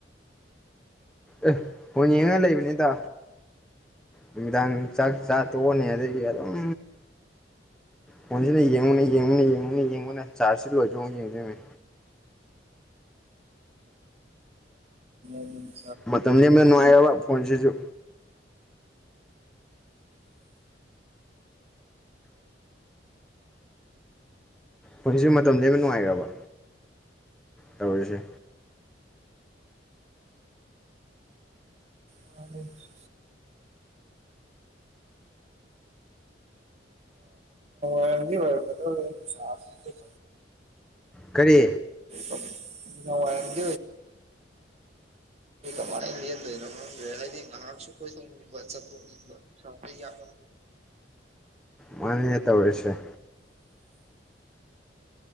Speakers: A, in the centre; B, on the right (about 35°).
A: ꯑꯦ ꯕꫭꯜ ꯌꯦꯡꯉꯒ ꯂꯩꯕꯅꯤꯗ ꯅꯨꯃꯤꯗꯥꯡ ꯆꯥꯛ ꯆꯥ ꯇꯣꯛꯑꯅꯤ ꯑꯗꯒꯤ ꯑꯗꯨꯝ ꯐꯣꯟꯖꯤꯅ ꯌꯦꯡꯉꯨꯅꯦ ꯌꯦꯡꯉꯨꯅꯦ ꯌꯦꯡꯉꯨꯅꯦ ꯆꯥꯔꯖꯁꯤ ꯂꯣꯏ <unintelligible> ꯌꯦꯡꯗꯣꯏꯃꯦ
B: ꯎꯝ
A: ꯃꯇꯝ ꯂꯦꯟꯕ ꯅꯨꯡꯉꯥꯏꯒ꯭ꯔꯕ ꯐꯣꯟꯖꯤꯖꯨ ꯍꯧꯖꯤꯛꯁꯦ ꯃꯇꯝ ꯂꯦꯟꯕ ꯅꯨꯡꯉꯥꯏꯔꯕ ꯇꯧꯔꯤꯁꯦ
B: <unintelligible> <unintelligible>
A: ꯀꯔꯤ
B: <unintelligible> ꯅꯨꯃꯤꯗꯥꯡ ꯋꯥꯏꯔꯝ <unintelligible> <unintelligible> ꯀꯃꯥꯏ ꯂꯦꯟꯗꫭꯏꯅꯣ ꯈꯪꯗ꯭ꯔꯦ ꯍꯥꯏꯗꯤ ꯉꯍꯥꯛꯁꯨ ꯀꫭꯏꯊꫭꯛꯅꯤꯡꯕ ꯆꯠꯊꫭꯛꯅꯤꯡꯕ <unintelligible>
A: ꯃꯥꯅꯤꯅꯦ ꯇꯧꯔꯤꯁꯦ